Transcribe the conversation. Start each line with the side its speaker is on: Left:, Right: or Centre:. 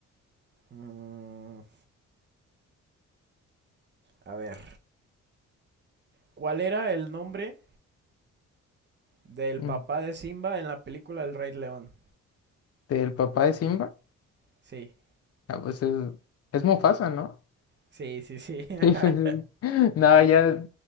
Right: Mm, a ver, ¿cuál era el nombre del
Left: Mm.
Right: papá de Simba en la película El Rey León?
Left: ¿Del papá de Simba?
Right: Sí,
Left: Ah, pues es, es Mufasa, ¿no? <laughs>
Right: sí, sí, sí. <laughs>
Left: Sí, pues, es- No, ya,